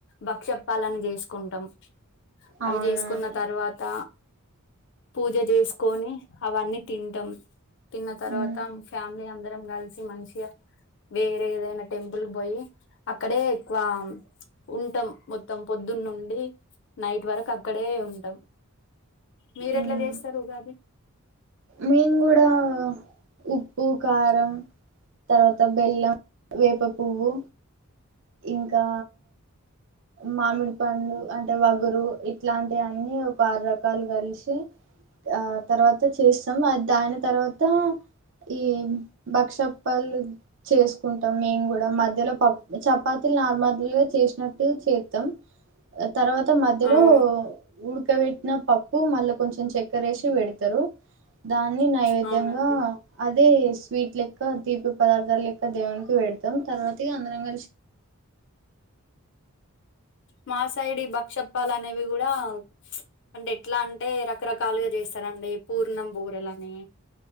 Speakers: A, on the left; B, on the right.
A: భక్ష్యాప్పాలని చేసుకుంటం.
B: అవునవును
A: అవి చేసుకున్న తర్వాత పూజ చేసుకొని అవన్నీ తింటం, తిన్న తర్వాత
B: ఉమ్
A: ఫ్యామిలీ అం అందరం కల్సి మంచిగా వేరే ఏదైనా టెంపుల్కి పోయి అక్కడే ఎక్కువ ఉంటం మొత్తం పొద్దునుండి నైట్ వరకు అక్కడే ఉంటం. మీరేట్ల
B: ఉమ్
A: చేస్తరు ఉగాది?
B: మేము కూడా ఉప్పు, కారం తర్వాత బెల్లం, వేపపువ్వు ఇంకా మామిడి పండు అంటే వగరు ఇట్లాంటియి అన్నీ ఒక ఆరు రకాలు కలిశి ఆ తర్వాత చేస్తాం దాని తర్వాత ఈ భక్షప్పాలు చేసుకుంటం మేము కూడా మధ్యలో పప్ చపాతీలు నార్మల్గా చేసినట్టే చేత్తం. తర్వాత మధ్యలో
A: ఆ
B: ఉడుక్ ఉడక పెట్టిన పప్పు మళ్ళ కొంచెం చక్కరేశి పెడతరు. దాన్ని నైవేద్యంగా
A: అవునండి
B: అ అదే స్వీట్ లెక్క తీపి పదార్థాల లెక్క దేవునికి పెడతం తర్వాత ఇగ అందరం కలిశి
A: మాసైడు ఈ భక్షప్పాలు అనేవి కూడా అంటే ఎట్లా అంటే రకరకాలుగా చేస్తా రండి పూర్ణం బూరలని.